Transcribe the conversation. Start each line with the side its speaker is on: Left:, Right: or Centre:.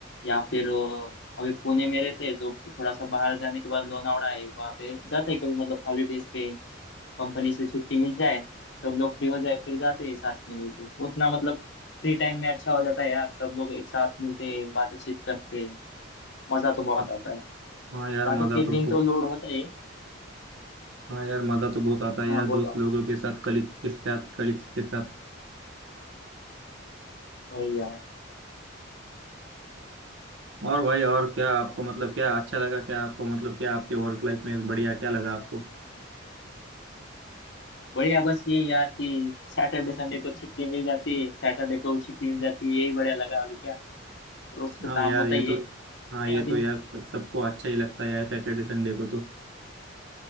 Left: या फिर अ, अभी पुणे में रहते हैं तो थोड़ा सा बाहर जाने के बाद लोनावड़ा है वहाँ पे जाते हैं कभी मतलब हॉलीडेज पे कंपनी से छुट्टी मिल जाए सब लोग फ्री हो जाए फिर जाते हैं साथ में मिलते उतना मतलब फ्री टाइम में अच्छा हो जाता है यार सब लोग एक साथ मिलते हैं बातचीत करते हैं मजा तो बहुत
Right: हाँ
Left: आता है
Right: हाँ यार
Left: बाकी
Right: मजा
Left: के
Right: तो
Left: दिन
Right: बहुत
Left: तो लोड होता ही है।
Right: हाँ यार मजा तो बहुत आता है
Left: हाँ
Right: यार
Left: बोलो
Right: दोस्त
Left: आप।
Right: लोगों के साथ कलीग के साथ कलीग्स के साथ
Left: वही यार
Right: और भाई और क्या आपको मतलब क्या अच्छा लगा क्या आपको मतलब क्या आपके वर्क लाइफ में बढ़िया क्या लगा आपको
Left: बढ़िया बस ये यार कि सैटरडे संडे को छुट्टी मिल जाती है सैटरडे को छुट्टी मिल जाती है यही बढ़िया लगा अभी क्या रोज तो
Right: हाँ
Left: काम
Right: यार
Left: होता
Right: ये
Left: ही
Right: तो
Left: है
Right: हाँ
Left: है
Right: ये
Left: अभी
Right: तो यार सबको अच्छा ही लगता है यार सैटरडे संडे को तो